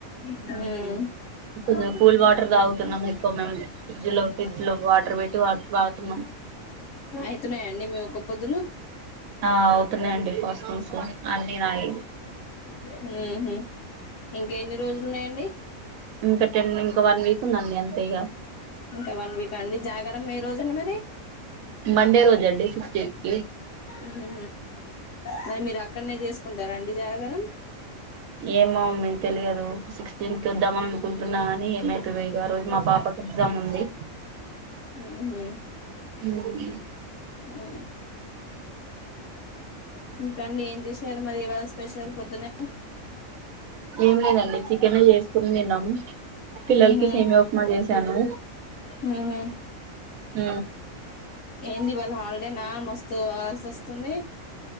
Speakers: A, on the left; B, on the right.
A: హూమ్
B: కొంచెం
A: ఊహు
B: కూల్ వాటర్ తాగుతున్నాం ఎక్కువ మేము ఫ్రిడ్జ్ లో ఫ్రిడ్జ్ లో వాటర్ పెట్టి తాగుతున్నాం
A: అయితున్నాయా అండి మీ ఒక్క కొదులు
B: ఆ అవుతున్నాయండీ ఫస్ అన్నినాయే
A: ఉహు ఇంకా ఎన్ని రోజులున్నయండీ
B: ఇంకా టెన్ ఇంకా వన్ వీక్ ఉందండి అంతే ఇగ
A: ఇంకా వన్ వీక్ అండి జాగారం ఏ రోజు అండి మరీ
B: మండే రోజే అండీ సిక్స్టిన్ కీ
A: ఉహు మరి మీరు అక్కన్నే చేసుకుంటారా అండీ జాగారం
B: ఏమో మేము తెలియదూ సిక్స్టింత్ వద్దామని అనుకుంటున్నా కానీ ఏమైతదో ఇగా ఆ రోజు మా పాపకి ఎగ్జామ్ ఉందీ
A: ఉహు
B: ఊహు
A: ఊ ఉ కర్రీ ఏం చేశారు మరి ఇవాళ స్పెషల్ పొద్దున్నే అ
B: ఏం లేదండీ చికెనే చేసుకుని తిన్నాం పిల్లలకి
A: ఉహు
B: సేమ్యా ఉక్మా చేసాను
A: ఉహు
B: ఊ
A: ఏంది వాళ హాలిడేనా మస్తు అల్సి వస్తుంది